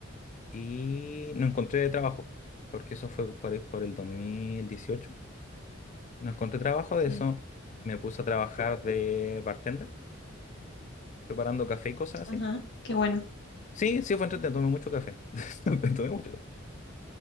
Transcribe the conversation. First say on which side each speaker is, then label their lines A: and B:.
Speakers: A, on the left; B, on the left.
A: y no encontré trabajo, porque eso fue por ahí por el 2018. No encontré trabajo
B: Sí.
A: de eso, me puse a trabajar de bartender, preparando café y cosas así.
B: Ajá, qué bueno.
A: Sí, sí fue entretenido, tomé mucho café, <laughs> tomé mucho café.